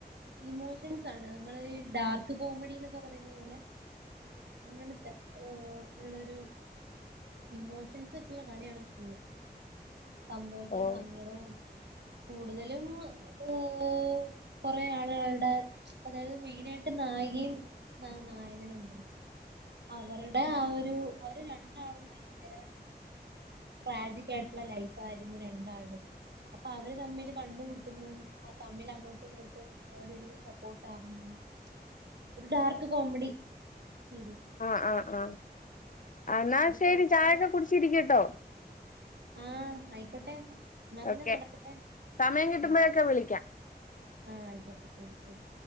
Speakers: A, on the right; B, on the left.
A: ഇമോഷൻസാണ് മ്മള് ഡാർക്ക് കോമഡി ന്നൊക്കെ പറയുന്ന പോലെ അങ്ങനത്തെ ഓഓ ഉള്ളൊരു ഇമോഷൻസ് വച്ചൊള്ള കളിയാണ് ഫുള്ള് സന്തോഷോം
B: ഓഹ്
A: സങ്കടോം കൂടുതലും ഹ് കൊറെ ആളുകളുടെ അതായത് മെയിനായിട്ട് നാ നടീം ന നായകനും അവരുടെ ആ ഒരു അവര് രണ്ടാളും ഭയങ്കര ട്രാജിക്കായിട്ടുള്ള ലൈഫായിരുന്നു രണ്ടാൾടതും അപ്പൊ അവര് തമ്മില് കണ്ടുമുട്ടുന്നു ആ തമ്മിൽ അങ്ങോട്ടും ഇങ്ങോട്ടും അവരൊരു സപ്പോർട്ടാകുന്നു ഒരു ഡാർക്ക് കോമഡി സീരീസ്
B: ആ ആ ആ എന്നാ
A: അത്
B: ശരി
A: കൊഴപ്പില്ല
B: ചായൊക്കെ കുടിച്ചിരികട്ടോ
A: ആഹ് ആയിക്കോട്ടെ എന്നാ പിന്നെ
B: ഓക്കെ
A: നടക്കട്ടെ
B: സമയം കിട്ടുമ്പോഴൊക്കെ
A: ആഹ്
B: വിളിക്കാം
A: ആഹ് ആയികോട്ടെ ശെരി ശെരി